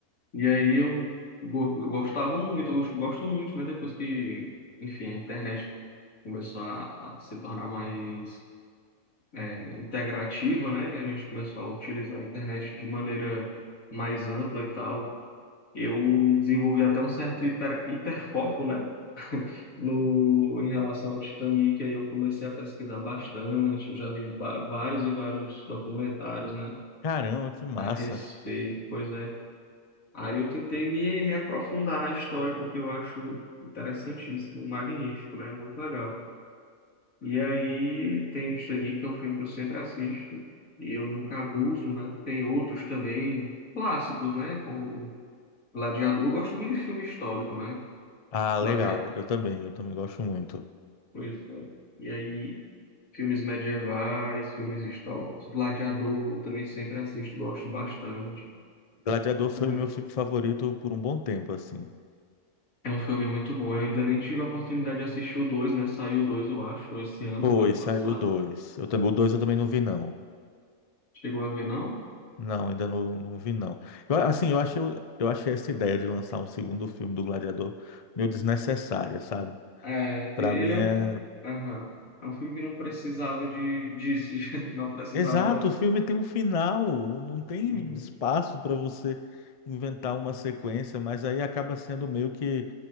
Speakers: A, on the left; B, on the left.
A: E aí eu go- gostava muito, eu gosto gosto muito, né? Depois que, enfim, a internet começou a, a se tornar mais é, integrativa, né? Que a gente começou a utilizar a internet de maneira mais ampla e tal. eu desenvolvi até um certo hiper, hiperfoco, né? <laughs> No, em relação ao Titanic, aí eu comecei a pesquisar bastante, eu já vi ba- vários e vários documentários, né,
B: Caramba, que massa.
A: a respeito, pois é. Aí eu tentei me, me aprofundar na história, porque eu acho interessantíssimo, magnífico, né, muito legal. E aí tem o Titanic, que é um filme que eu sempre assisto, e eu nunca abuso, né, tem outros também, clássicos, né, como Gladiador, eu gosto muito de filme histórico, né,
B: Ah,
A: Gladiador.
B: legal. Eu também, eu também gosto muito.
A: Pois é. E aí, filmes medievais, filmes históricos. Gladiador, eu também sempre assisto, gosto bastante.
B: Gladiador foi
A: Muito.
B: o meu filme favorito por um bom tempo, assim.
A: É um filme muito bom. Eu ainda nem tive a oportunidade de assistir o 2, né? Saiu o 2, eu acho, esse ano,
B: Foi,
A: foi ano
B: saiu
A: passado.
B: o dois. Eu também, o dois eu também não vi, não.
A: Chegou a ver, não?
B: Não, ainda não, não vi, não. Eu, assim, eu achei, eu achei essa ideia de lançar um segundo filme do Gladiador meio desnecessária, sabe?
A: É,
B: Pra
A: e-
B: mim
A: ele é
B: é.
A: um. Aham. É um filme que não precisava de, disso, <laughs> não precisava.
B: Exato, o filme tem um final, não tem
A: Uhum.
B: espaço pra você inventar uma sequência, mas aí acaba sendo meio que